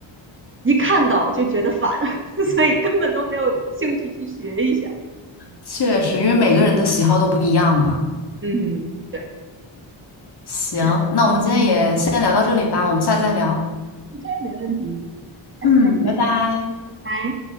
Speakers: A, on the right; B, on the left.
A: 一看到就觉得烦，<laughs> 所以根本都没有兴趣去学一下。
B: 确实，因为每个人的喜好都不一样嘛。
A: 嗯哼，对，
B: 行，
A: 那
B: 那我们今天也先聊到这里吧，我们下次再聊。
A: OK，没问题，下次再见。
B: 嗯，拜拜。
A: 拜。